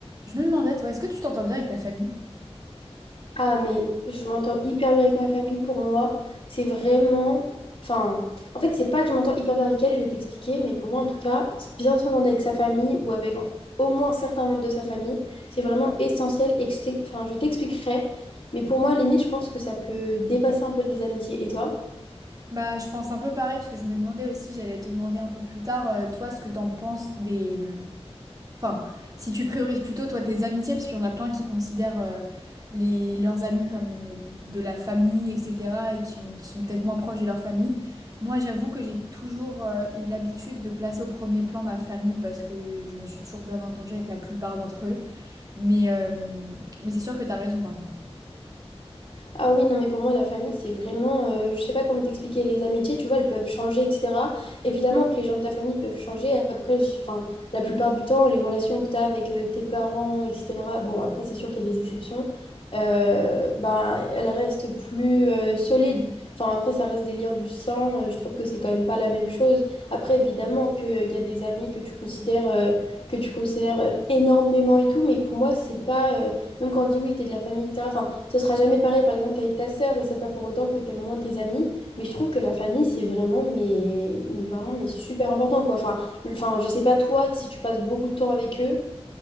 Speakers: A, on the right; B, on the left.
A: Je me demandais, toi, est-ce que tu t'entends bien avec ta famille?
B: Ah, mais je m'entends hyper bien avec ma famille. Pour moi, c'est vraiment. Enfin, en fait, c'est pas que je m'entends hyper bien avec elle, je vais t'expliquer, mais pour moi, en tout cas, bien s'entendre avec sa famille ou avec au moins certains membres de sa famille, c'est vraiment essentiel. Et que je t'ex- enfin, je t'expliquerai. Mais pour moi, limite, je pense que ça peut dépasser un peu les amitiés. Et toi?
A: Bah, je pense un peu pareil, parce que je me demandais aussi, j'allais te demander un peu plus tard, euh, toi, ce que t'en penses des... Enfin, si tu priorises plutôt, toi, tes amitiés, parce qu'il y en a plein qui considèrent euh, les... leurs amis comme euh, de la famille, etc., et qui ont... qui sont peut-être moins proches de leur famille. Moi, j'avoue que j'ai toujours euh, eu l'habitude de placer au premier plan ma famille, parce que je me suis toujours bien entendue avec la plupart d'entre eux. Mais, euh, Mais c'est sûr que t'as raison, par contre.
B: Ah oui, non, mais pour moi, la famille, c'est vraiment, euh, je sais pas comment t'expliquer, les amitiés, tu vois, elles peuvent changer, etc. Évidemment que les gens de ta famille peuvent changer. Après, j'y- enfin, la plupart du temps, les relations que tu as avec euh, tes parents, etc., bon, après, c'est sûr qu'il y a des exceptions, euh, ben, elles restent plus euh, solides. Enfin, après, ça reste des liens du sang. euh, je trouve que c'est quand même pas la même chose. Après, évidemment que, euh, il y a des amis que tu considères, euh, que tu considères euh, énormément et tout, mais pour moi, c'est pas, euh, même quand on dit oui, t'es de la famille, etc. Ce sera jamais pareil, par exemple, qu'avec ta sœur, et c'est pas pour autant que t'aimes moins tes amis. Mais je trouve que la famille, c'est vraiment, mais, mais vraiment, mais super important, quoi. Enfin, le- enfin, je sais pas toi, si tu passes beaucoup de temps avec eux.